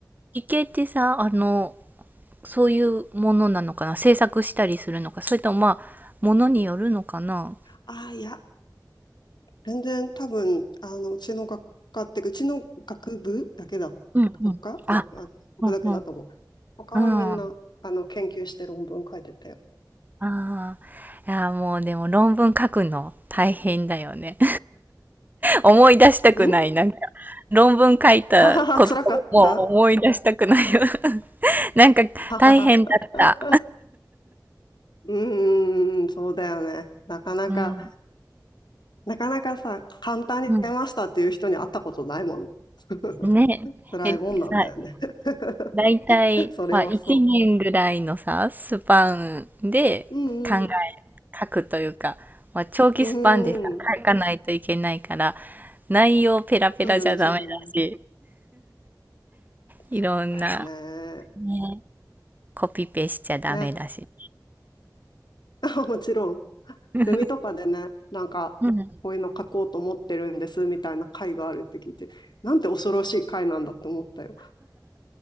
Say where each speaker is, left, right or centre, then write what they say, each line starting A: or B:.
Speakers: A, on the right; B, on the left.
A: 理系ってさ、あの、そういうものなのかな、制作したりするのか、それともまあ、ものによるのかな。
B: ああ、いや、全然多分、あの、うちの学科っていうか、うちの学部だけだ、
A: うんうん。
B: 学科だ、
A: あ、
B: あ、ここだけだと思う。
A: うんうん。
B: 他はみんな、
A: うん。あ
B: あの、研究して論文書いてたよ。
A: あ。いや、もうでも論文書くの大変だよね。思い出したくない。
B: ん
A: なんか、論文書いたことをもう思い出したくないよ。
B: ははは、<laughs> 辛かった
A: <laughs> なんか、
B: ははは。
A: 大変だった。
B: <laughs> うーん、そうだよね。なかなか、
A: うん。
B: なかなかさ、簡単に出ましたっていう人に会ったことないもの。
A: うん。
B: <laughs>
A: ね。
B: 辛いもんなんだよね。
A: え、さ、
B: <laughs>
A: だいたい、
B: それはそ
A: まあ、1年ぐらいのさ、スパンで考え、
B: う。うんうん。
A: 書くというか、まあ、長期スパンでさ、
B: うん。
A: 書かないといけないから、内容ペラペラじゃダメだし、
B: そうだね、そうだね。
A: いろんな、
B: そうだよね。
A: ね、コピペしちゃダメだし。
B: ね。<laughs> もちろん、
A: <laughs>
B: ゼミとかでね、なんか、
A: うん。
B: こういうの書こうと思ってるんですみたいな会があるって聞いて、なんて恐ろしい会なんだって思ったよ。